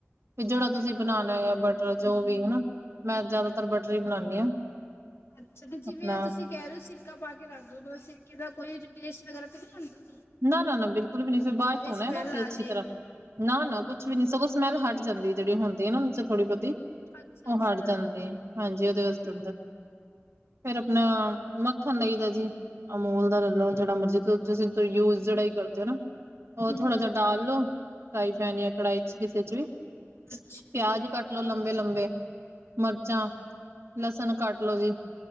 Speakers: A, on the right; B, on the left.
A: ਫਿਰ ਜਿਹੜਾ ਤੁਸੀਂ ਬਣਾਉਣਾ ਆ ਬਟਰ ਜੋ ਵੀ ਹਨਾ। ਮੈਂ ਜਿਆਦਾਤਰ ਬਟਰ ਹੀ ਬਣਾਉਂਦੀ ਹਾਂ।
B: ਅੱਛਾ ਤੇ ਜਿਵੇਂ
A: ਆਪਣਾ
B: ਆਹ ਤੁਸੀਂ ਕਹਿ ਰਹੇ ਹੋ ਸਿਰਕਾ ਪਾ ਕੇ ਰੱਖ ਦਿਉ ਮਤਲਬ ਸਿਰਕੇ ਦਾ ਕੋਈ ਟੇਸਟ ਵਗੈਰਾ ਤੇ ਨਹੀਂ ਆਉਂਦਾ।
A: ਨਾ ਨਾ ਨਾ ਬਿਲਕੁਲ ਵੀ ਨਹੀਂ ਫਿਰ ਬਾਅਦ ਧੋਣਾ
B: ਸਮੈਲ
A: ਨਾ
B: ਆ
A: ਅੱਛੀ
B: ਜੇ
A: ਤਰ੍ਹਾਂ। ਨਾ ਨਾ ਕੁਛ ਵੀ ਨਹੀਂ ਸਗੋਂ ਸਮੈਲ ਹੱਟ ਜਾਂਦੀ ਜਿਹੜੀ ਹੁੰਦੀ ਹੈ ਨਾ ਉਹਦੇ ਚ ਥੋੜੀ ਬਹੁਤੀ।
B: ਅੱਛਾ
A: ਉਹ
B: ਅੱਛਾ
A: ਹਟ ਜਾਂਦੀ ਆ ਹਾਂਜੀ ਉਹਦੇ ਵਾਸਤੇ ਫਿਰ ਆਪਣਾ ਮੱਖਣ ਲਈ ਦਾ ਜੀ ਅਮੂਲ ਦਾ ਲੈਲੋ ਜਿਹੜਾ ਮਰਜੀ ਤੁਸੀਂ ਯੂਜ ਜਿਹੜਾ ਹੀ ਕਰਦੇ ਹੋ ਨਾ ਉਹ
B: ਹੂੰ,
A: ਥੋੜਾ ਜਿਹਾ ਡਾਲ ਲੋੋ। ਫਰਾਈ ਪੈਨ ਜਾਂ ਕੜਾਹੀ ਚ ਕਿਸੇ ਚ ਵੀ
B: ਅੱਛਾ।
A: ਪਿਆਜ ਕੱਟ ਲੋ ਲੰਬੇ-ਲੰਬੇ ਮਿਰਚਾਂ ਲਸਣ ਕੱਟ ਲੋੋ ਜੀ।